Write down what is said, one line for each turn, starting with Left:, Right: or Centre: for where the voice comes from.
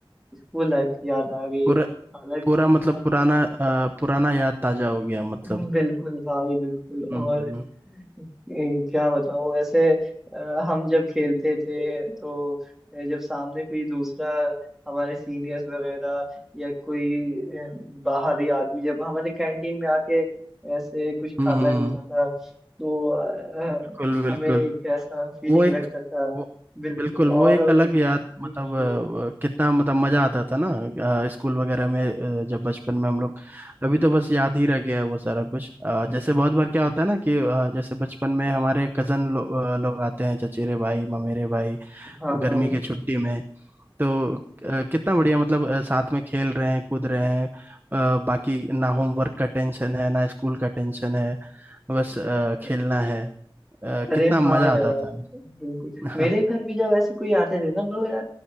Centre: स्कूल लाइफ की याद आ गई
Right: पूरा
Centre: हालांकि
Right: पूरा मतलब
Centre: हाँ,
Right: पुराना अ, पुराना याद ताजा हो गया मतलब
Centre: हम्म, बिल्कुल भाई बिल्कुल और
Right: हम्म
Centre: ए, क्या बताऊं वैसे अ, हम जब खेलते थे तो ए, जब सामने कोई दूसरा हमारे सीनियर्स वगैरह या कोई ए, बाहरी आदमी जब हमारे कैंटीन में आके ऐसे कुछ खाता
Right: हम्म हम्म,
Centre: पीता था तो अ,
Right: बिल्कुल बिल्कुल
Centre: हमें कैसा फीलिंग
Right: वो एक
Centre: लगता था
Right: वो
Centre: बिल्कुल
Right: बिल्कुल
Centre: और
Right: वो एक
Centre: वही
Right: अलग याद
Centre: जी
Right: मतलब
Centre: जी
Right: अ, अ, कितना मतलब मजा आता था ना अ, स्कूल वगैरह में अ, जब बचपन में हम लोग अभी तो बस याद ही रह गया है वो सारा कुछ अ, जैसे बहुत बार क्या होता है ना कि अ, जैसे बचपन में हमारे कजन लो, अ, लोग आते हैं चचेरे भाई ममेरे भाई
Centre: हाँ
Right: गर्मी
Centre: हाँ
Right: की छुट्टी में तो अ, कितना बढ़िया मतलब अ, साथ में खेल रहे हैं कूद रहे हैं अ, बाकी ना होमवर्क का टेंशन है ना स्कूल का टेंशन है बस
Centre: हाँ
Right: अ, खेलना है अ,
Centre: अरे
Right: कितना
Centre: हाँ
Right: मजा
Centre: यार
Right: आता था
Centre: बिल्कुल
Right: हाँ,
Centre: मेरे घर भी जब ऐसे कोई आते थे ना तो यार